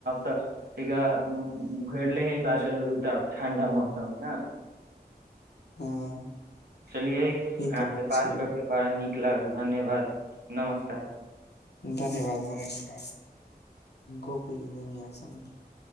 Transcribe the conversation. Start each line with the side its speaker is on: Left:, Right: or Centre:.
Right: त घरल ह बात <unintelligible> चलु <unintelligible> ठण्डा मौसम है न
Left: हँ
Right: चलिये आहाँ
Left: ई तऽ
Right: से बात
Left: छै
Right: करके बड़ा नीक ठीक लागल धन्यवाद नमस्कार
Left: धन्यवाद नमस्कार गप मे न आ सम <unintelligible>